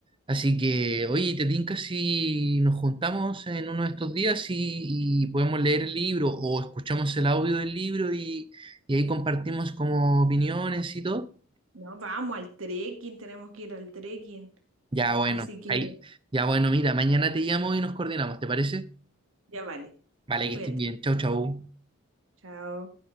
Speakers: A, on the right (about 25°); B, on the right (about 70°).
A: Así que, oye, ¿te tinca si nos juntamos en uno de estos días y, y podemos leer el libro o escuchamos el audio del libro y, y ahí compartimos como opiniones y todo?
B: No, vamos al trekking, tenemos que ir al trekking.
A: Ya, bueno,
B: Así que
A: ahí, ya, bueno, mira, mañana te llamo y nos coordinamos, ¿te parece?
B: ya vale.
A: Vale, que
B: Cuídate.
A: estés bien, chau, chau.
B: Chao.